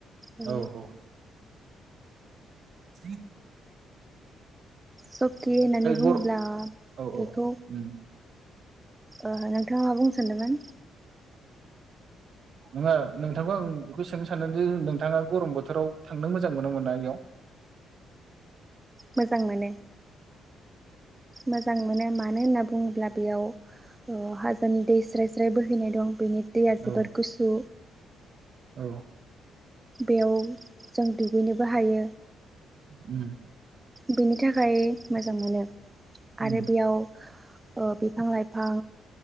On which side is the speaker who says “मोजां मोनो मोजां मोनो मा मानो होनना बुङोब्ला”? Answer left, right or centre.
Right